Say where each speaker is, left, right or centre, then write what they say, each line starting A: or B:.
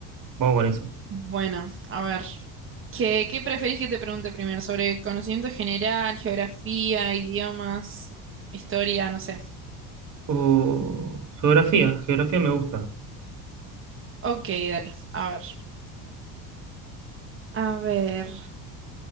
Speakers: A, on the right; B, on the right.
A: Vamos con eso.
B: Bueno, a ver, ¿qué, qué preferís que te pregunte primero? ¿Sobre conocimiento general, geografía, idiomas, historia? No sé.
A: O geografía, geografía me gusta.
B: Ok, dale, a ver. A ver,